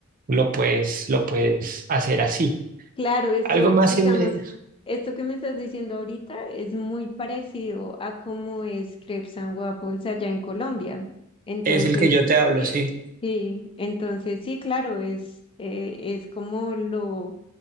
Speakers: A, on the right; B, on the left.
A: lo puedes, lo puedes hacer así.
B: Claro, esto,
A: Algo más
B: digamos,
A: en me-
B: esto que me estás diciendo ahorita es muy parecido a cómo es Crepes and Waffles allá en Colombia. Entonces,
A: Es el que yo te hablo,
B: eh,
A: sí.
B: sí, entonces sí, claro, es, eh, es como lo,